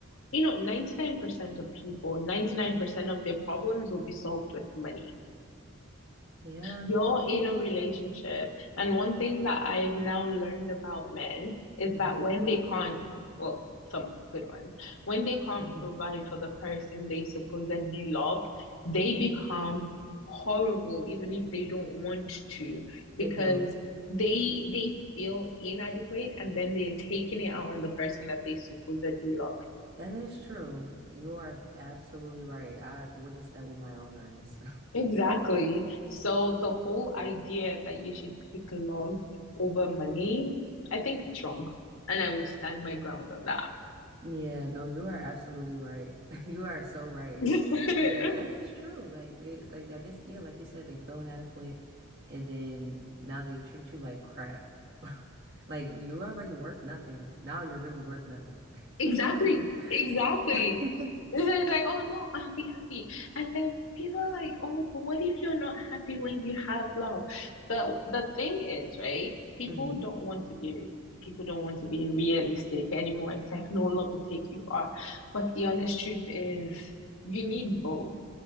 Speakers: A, on the left; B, on the right.
A: you know, 99% of people, 99% of their problems will be solved with money.
B: Yeah,
A: You're in a relationship. And one thing that I've now learned about men is
B: hmm
A: that when they can't, well, some good ones, when they can't
B: hmm
A: provide for the person they supposedly love, they become horrible even if they don't want to because
B: They do.
A: they they feel inadequate and then they're taking it out on the person that they supposedly love
B: That is true. You are absolutely right. I've witnessed that with my own eyes.
A: Exactly. So the whole idea that you should pick love over money, I think it's wrong. And I will stand my ground on that.
B: Yeah, no, you are absolutely right. <laughs> You are so right.
A: <laughs>
B: Yeah, that is true. Like they like I guess yeah, like you said, they feel inadequate and then now they treat you like crap. <laughs> Like you already worth nothing. Now you're really worth nothing.
A: Exactly.
B: <laughs> <laughs>
A: Exactly. So It's like, like, oh no, I'll be happy. And then people are like, oh, but what if you're not happy when you have love? But the thing is, right? People
B: hmm
A: don't want to be people don't want to be realistic anymore. It's like no love will take you far. But the honest truth is you need both.